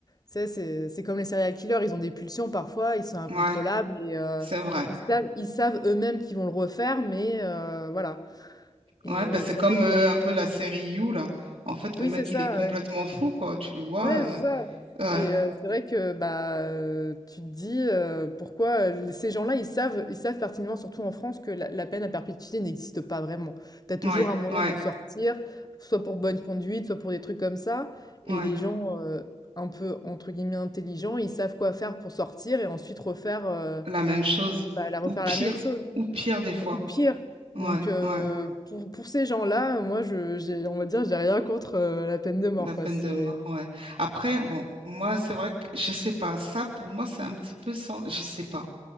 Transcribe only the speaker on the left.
tu sais, c'est, c'est comme les serial killers, ils ont des pulsions parfois, ils sont incontrôlables
et euh,
ils savent, ils savent eux-mêmes qu'ils vont le refaire, mais euh, voilà. Et
euh,
c'est
vrai que,
oui,
c'est ça.
ouais.
Ouais,
c'est ça.
Et euh, c'est vrai que bah euh, tu te dis euh, pourquoi euh, ces gens-là ils savent ils savent pertinemment surtout en France que la, la peine à perpétuité n'existe pas vraiment. Tu as toujours
un moyen
de sortir, soit pour bonne conduite, soit pour des trucs comme ça. Et
les gens euh, un peu entre guillemets intelligents, ils savent quoi faire pour sortir et ensuite refaire euh,
bah, la refaire
la même chose
ou
ou pire.
Donc euh,
pour, pour ces gens-là, moi je j'ai on va dire j'ai rien contre euh, la peine de mort
quoi. C'est